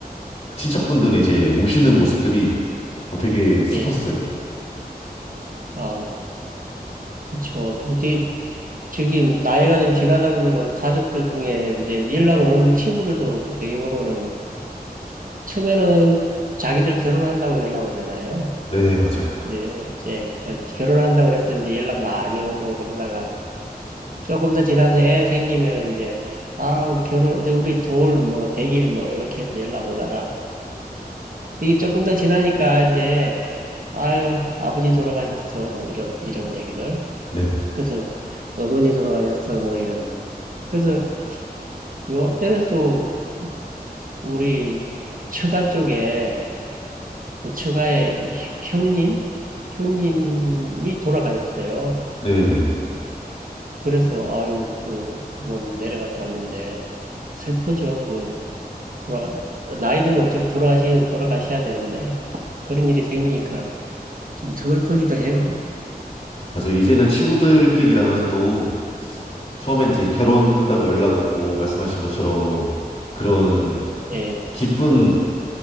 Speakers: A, on the left; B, on the right.
A: 친척분들이 이제 우시는 모습들이 어, 되게 슬펐어요.
B: 예, 아, 그쵸. 이제, 저기, 나이가 좀 지나다 보면은 가족들 중에 이제 연락 오는 친구들도 그렇고 되게 보면은 처음에는 자기들 결혼한다고 연락 오잖아요.
A: 네, 맞아요.
B: 이제, 어, 예, 결혼한다고 그래서 이제 연락 많이 오고 그러다가 조금 더 지나서 애 생기면 이제 아우 결혼 이제 우리 돌 뭐 100일 뭐 이렇게 해서 연락 오다가 이게 조금 더 지나니까 이제 아유 아버지 돌아가셨어 뭐 이런 이런 얘기들
A: 네,
B: 그래서 어머니 돌아가셨어 뭐 이런 그래서 요 앞전에 또 우리 처가 쪽에 그 처가의 형- 형님 형님이 돌아가셨어요
A: 네, 네.
B: 그래서 아유 그 한번 내려갔다 왔는데 슬프죠 돌아, 나이 들면 어 돌아가시, 돌아가셔야 되는데, 그런 일이 생기니까 좀 서글프기도 해요.
A: 맞아요. 이제는 친구들끼리랑은 또 처음엔 이제 결혼한다고 연락 오고 말씀하신 것처럼 그런
B: 예,
A: 기쁜